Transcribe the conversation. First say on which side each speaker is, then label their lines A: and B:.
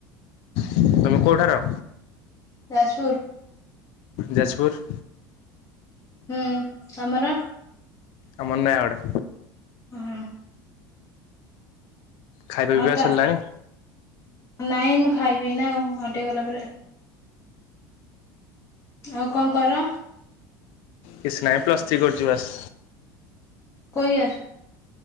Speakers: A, on the left; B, on the left.
A: ତମେ କୋଉଠାର?
B: ଯାଜପୁର
A: ଯାଜପୁର।
B: ହୁଁ ତମର?
A: ଆମର ନୟାଗଡ।
B: ହଁ
A: ଖାଇବା
B: ଆଉ
A: ପିଇବା
B: ତା
A: ସରିଲାଣି।
B: ନାଇଁ, ମୁଁ ଖାଇବି ଏଇନା ଆଉ, ଆଉ ଟିକେ ଗଲା ପରେ। ଆଉ କଣ କର?
A: କିଛି ନାହିଁ ପ୍ଲସ୍ ଥ୍ରୀ କରୁଛି ବାସ୍।
B: କୋ ଇୟର୍?